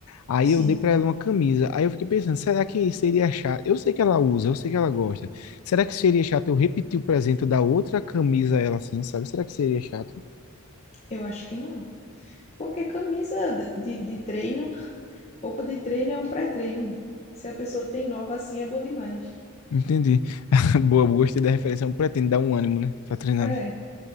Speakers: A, on the left; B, on the left.
A: Aí
B: sim,
A: eu dei para ela uma camisa. Aí eu fiquei pensando, será que seria chato? Eu sei que ela usa, eu sei que ela gosta. Será que seria chato eu repetir o presente da outra camisa a ela assim, sabe? Será que seria chato?
B: eu acho que não. Porque camisa de, de de treino, roupa de treino é um pré-treino. Se a pessoa tem nova assim, é bom demais.
A: Entendi. <laughs> Boa, gostei da referência. Eu pretendo dar um ânimo, né? Pra treinar.
B: É,
A: né?